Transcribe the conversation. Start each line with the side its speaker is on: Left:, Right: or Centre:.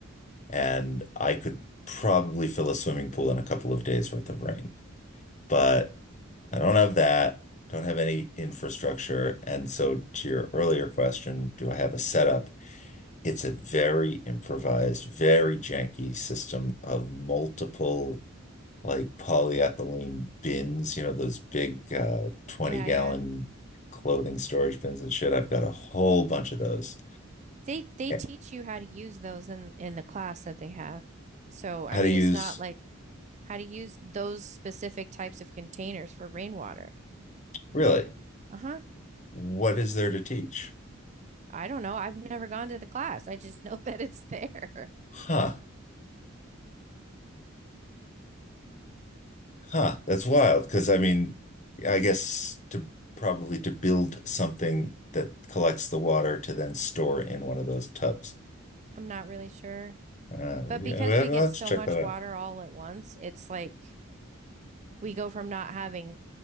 Left: And I could probably fill a swimming pool in a couple of days worth of rain. But I don't have that, don't have any infrastructure. And so, to your earlier question, do I have a setup? It's a very improvised, very janky system of multiple like polyethylene bins, you know, those big uh, 20
Right: Yeah,
Left: gallon
Right: yeah.
Left: clothing storage bins and shit. I've got a whole bunch of those.
Right: They they
Left: Eh,
Right: teach you how to use those in in the class that they have. So, I
Left: How
Right: mean,
Left: to use,
Right: it's not like how to use those specific types of containers for rainwater.
Left: really,
Right: Uh-huh.
Left: what is there to teach?
Right: I don't know. I've never gone to the class. I just know <laughs> that it's there.
Left: Huh, huh, that's wild. Because I mean, I guess to probably to build something that collects the water to then store in one of those tubs.
Right: I'm not really sure.
Left: Uh,
Right: But
Left: yeah,
Right: because
Left: well,
Right: we get
Left: let's
Right: so
Left: check
Right: much
Left: that out.
Right: water all at once, it's like we go from not having